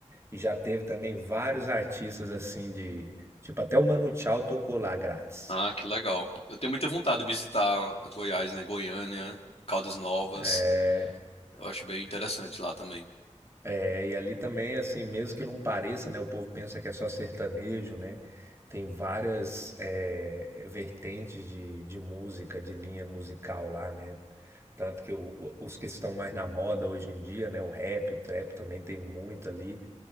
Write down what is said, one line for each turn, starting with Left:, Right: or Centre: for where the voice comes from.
Right: E já teve também vários artistas assim de. Tipo, até o Manu Chao tocou lá grátis.
Left: Ah, que legal. Eu tenho muita vontade de visitar Goiás, né? Goiânia, Caldas Novas.
Right: É,
Left: Eu acho bem interessante lá também.
Right: É, e ali também, assim, mesmo que não pareça, né? O povo pensa que é só sertanejo, né? Tem várias eh, vertentes de, de música, de linha musical lá, né? Tanto que o- o- os que estão mais na moda hoje em dia, né? O rap, o trap também tem muito ali.